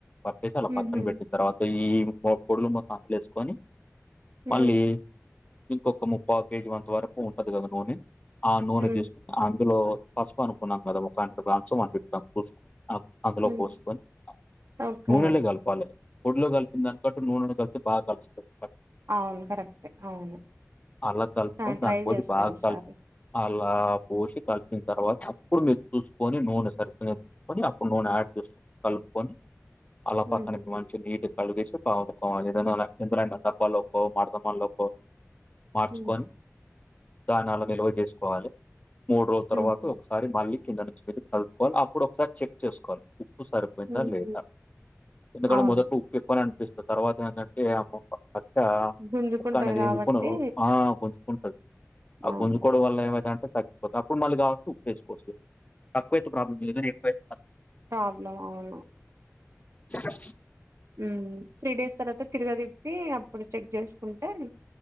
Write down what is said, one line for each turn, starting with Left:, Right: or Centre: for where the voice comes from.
Left: పట్టేసి అలా పక్కన
Right: ఉహు
Left: పెట్టిన తర్వాత ఈ మొ పొడులు మొత్తం అందులో ఏస్కోని
Right: ఉ
Left: మళ్ళీ ఇంకొక్క ముప్పావు కేజీ వంతు వరకు ఉంటది గదా నూనె ఆ నూనె
Right: ఉ
Left: తీసుకొని అందులో పసుపు అనుకున్నాం గదా ఒక hundred grams one fifty grams చూస్కో ఆ అందులో
Right: ఉ
Left: పోస్కోని
Right: ఓకే.
Left: నూనెలో కలపాలే పొడ్లో కలిపిన దాని కంటే నూనెలో కలిపి బాగా కలుస్తుంది
Right: అవును. కరెక్టే. అవును.
Left: అలా కలుపుకొని
Right: ఆ!
Left: దాన్ని
Right: ట్రై
Left: పోసి
Right: జేస్తా
Left: బాగా
Right: ఈసారి.
Left: కల్పి ఇలా పోసి కలిపిన తర్వాత అప్పుడు మీరు చూసుకొని నూనె సరిపోసుకొని అప్పుడు నూనె యాడ్ చేసుని కలుపుకొని అలా
Right: హుహుహు.
Left: పక్కనికి మంచి నీటి కలిగేసి పావుకం అ ఎందులనా తప్పాలో మార్తమ్మాన్ లోకో మార్చుకొని
Right: హుహు.
Left: దాన్ని అలా నిల్వ చేసుకోవాలి మూడు రోజుల తర్వాత
Right: హుహు.
Left: ఒకసారి మళ్ళీ కింద నుంచి మీరు కలుపుకొని అప్పుడు ఒకసారి చెక్ చేసుకోవాలి ఉప్పు సరిపోయిందా
Right: హుహు.
Left: లేదా ఎందుకంటే
Right: అవును.
Left: మొదట ఉప్పు ఎక్కువనే అనిపిస్తా తర్వాత ఏంటంటే పక్కా
Right: గుంజుకుంటది
Left: ఉక్కనేది
Right: గాబట్టి
Left: ఉప్పును ఆ కొంచం ఉంటది ఆ
Right: అవును.
Left: గుంజుకోడం వల్ల ఏమైతాది అంటే తగ్గిపోతుంది తక్కువ ఉన్నవాళ్ళు కావచ్చు ఉప్పేసుకోవచ్చు తక్కువ అయితే ప్రాబ్లమ్ లే ఎక్కువ అయి
Right: ప్రాబ్లం అవును
Left: స
Right: హు త్రీ డేస్ తర్వాత తిరగ తిప్పి అప్పుడు చెక్ చేసుకుంటే